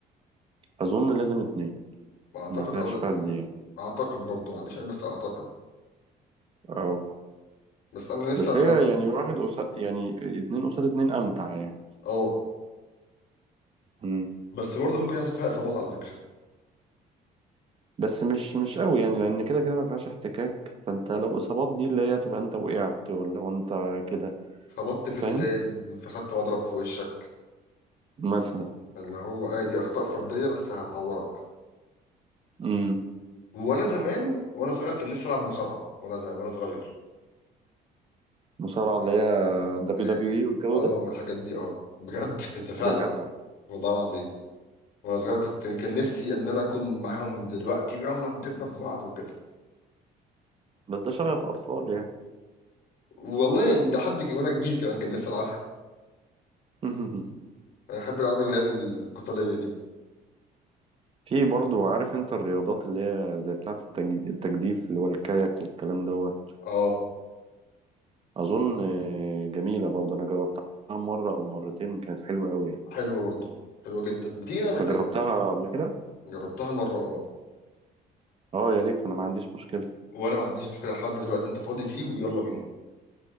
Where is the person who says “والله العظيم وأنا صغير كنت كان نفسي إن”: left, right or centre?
Left